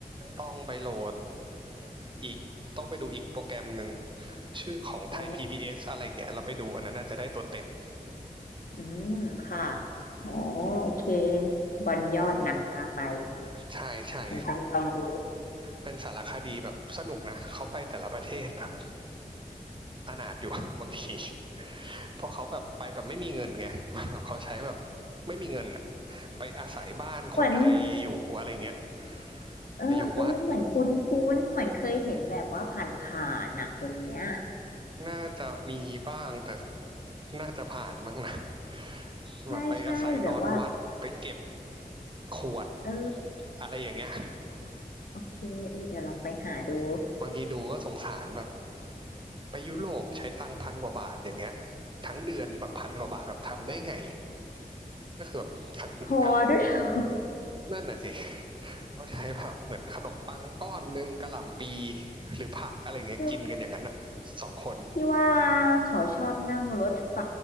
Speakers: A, on the right; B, on the left.
A: ต้องไปโหลดอีกต้องไปดูอีกโปรแกรมหนึ่งชื่อของไทย
B: อ๋อ
A: PBS อสอะไรอย่างเงี้ยเราไปดูอันนั้นน่าจะได้ตัวเต็ม
B: อืมค่ะอ๋อโอเคบอลยอดหนังพาไป
A: ใช่ใช่
B: เดี๋ยวจะไปลองดู
A: เป็นสารคดีแบบสนุกนะเขาไปแต่ละประเทศแบบ อนาถอยู่ <laughs> บางทีเพราะเขาแบบไปแบบไม่มีเงินไง <laughs> เขาใช้แบบไม่มีเงินอะไปอาศัยบ้านคนไทยอยู่อะไรเงี้ย
B: เหมือนเออเออเหมือนคุ้นคุ้นเหมือนเคยเห็นแบบว่าผ่านผ่านอ่ะคนเนี้ย
A: ไปอยู่วัดน่าจะมีบ้างแต่น่าจะผ่านมั้งนะ <laughs>
B: ใช่ใช่แบบว่า
A: แบบไปอาศัยนอนวัดไปเก็บขวด
B: เออ
A: อะไรอย่างเงี้ย
B: โอเคเออเดี๋ยวลองไปหาดู
A: บางทีดูก็สงสารแบบไปยุโรปใช้ตังค์พันกว่าบาทอย่างเงี้ยทั้งเดือนแบบพันกว่าบาทแบบทำได้ไงก็คือแบบ
B: พอด้วยเหรอ
A: ก นั่นน่ะสิ <laughs> เขาใช้แบบเหมือนขนมปังก้อนหนึ่งกะหล่ำปีหรือผักอะไรอย่างเงี้ยกินกันอย่างนั้นอ่ะสองคน
B: ที่ว่าที่ว่าเขาชอบนั่งรถไฟ